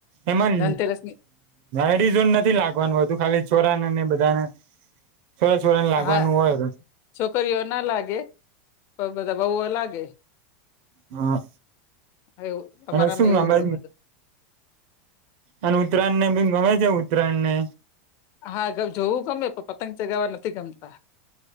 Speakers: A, on the right (about 55°); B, on the left (about 40°).
A: એમાં
B: ધનતેરસની
A: લડિજોને નથી લાગવાનું હોતું ખાલી છોરાને ને બધાને છોરા છોરાને લાગવાનું
B: હા
A: હોય
B: છોકરીઓ ના લાગે પણ બધા વહુઓ લાગે
A: હા
B: એવું અમારામાં
A: અને શું
B: એવું
A: ગમે
B: હોય બધું
A: અને ઉત્તરાયણ ને બી ગમે છે ઉત્તરાયણ ને
B: હા જોવું ગમે પણ પતંગ ચગાવવા નથી ગમતા